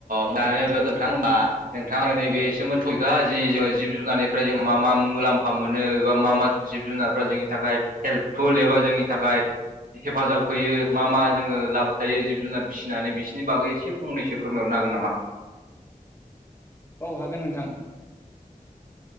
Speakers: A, on the right; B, on the left.
A: नोंथां होमबा नोंथाङा <unintelligible> दा जि जोङो जिब- जुनारनिफ्राय जों मा मा मुलाम्फा मोनो एबा मा मा जिब जुनारफ्रा जोंनि थाखाय हेल्पफुल एबा जोंनि थाखाय हेफाजाब होयो मा मा जोङो लाब थायो जिब जुनार फिसिनानै बिसोरनि बागै एसे फंनैसो फोरमायहरनो हागोन नामा?
B: औ हागोन नोंथां।